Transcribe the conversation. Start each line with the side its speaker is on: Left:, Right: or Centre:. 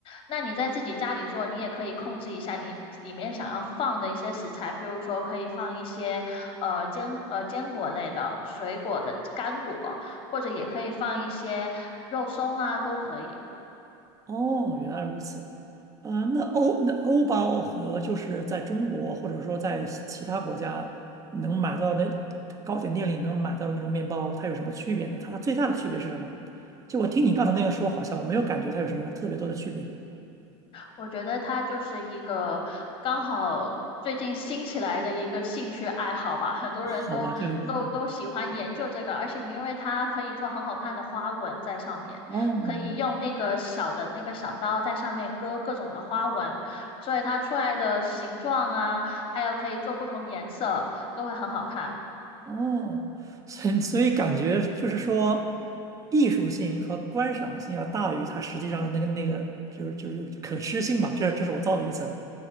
Left: 那你在自己家里做，你也可以控制一下你里面想要放的一些食材，譬如说可以放一些呃坚呃坚果类的、水果的干果，或者也可以放一些肉松啊，都可以。
Right: 哦，原来如此。啊、那欧那欧包和就是在中国或者说在其其他国家能买到的糕点店里能买到的那种面包，它有什么区别呢？它最大的区别是什么？就我听你刚才那样说，好像我没有感觉它有什么特别多的区别。
Left: 我觉得它就是一个刚好最近兴起来的一个兴趣爱好吧，很多人都都都喜欢研究这个，
Right: 好吧，就一个
Left: 而且因为它可以做很好看的花纹在上面，
Right: 哦，
Left: 可以用那个小的那个小刀在上面割各种的花纹，所以它出来的形状啊，还有可以做不同颜色，都会很好看。
Right: 哦，所以所以感觉就是说，艺术性和观赏性要大于它实际上的那个那个，就是就是可吃性吧。这这是我造的一个词儿，